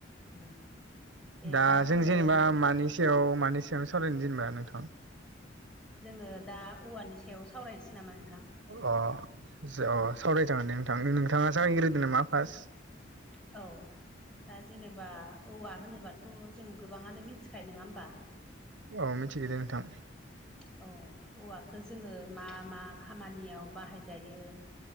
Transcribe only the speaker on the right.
दा
जों जेनेबा
मानि मानि सायाव मानि सायाव सावरायनो जेनबा नोंथां
अ अ सावरायजागोन दे नोंथां नोंथाङा जागायग्रोदो नामा फार्स्ट
औ मिथिगो
दे नोंथां